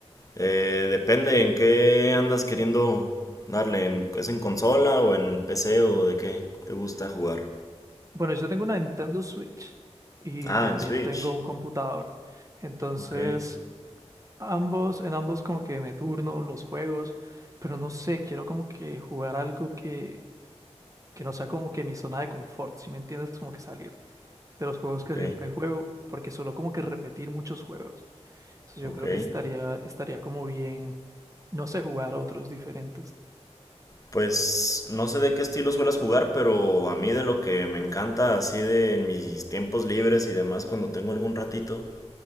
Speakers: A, on the left; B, on the right.
A: Eh, depende en qué andas queriendo darle. ¿En- ¿Es en consola o en PC o de qué te gusta jugar?
B: Bueno, yo tengo una Nintendo Switch y
A: Ah,
B: también
A: en Switch.
B: tengo un computador. Entonces,
A: Ok,
B: ambos, en ambos como que me turno los juegos, pero no sé, quiero como que jugar algo que, que no sea como que mi zona de confort, si me entiendes? Como que salir de los juegos que
A: ok,
B: siempre juego, porque suelo como que repetir muchos juegos. Entonces,
A: ok.
B: Yo creo que estaría, estaría como bien, no sé, jugar otros diferentes.
A: Pues no sé de qué estilo suelas jugar, pero a mí de lo que me encanta así de en mis tiempos libres y demás cuando tengo algún ratito.